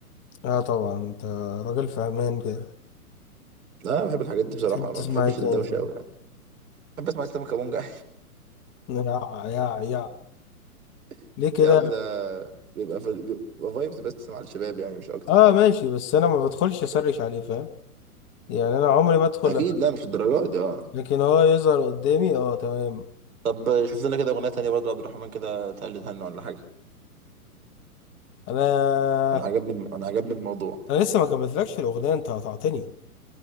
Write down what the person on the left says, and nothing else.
اه طبعا انت راجل في امان كده
بتحب تسمع
ايه تاني
يا يا يا
ليه كده
اه ماشي بس انا ما بدخلش اسرش عليه فاهم يعني انا عمري ما ادخل
لكن هو يظهر قدامي اه تمام
انا
انا لسه ما كملتلكش الاغنيه انت قطعتني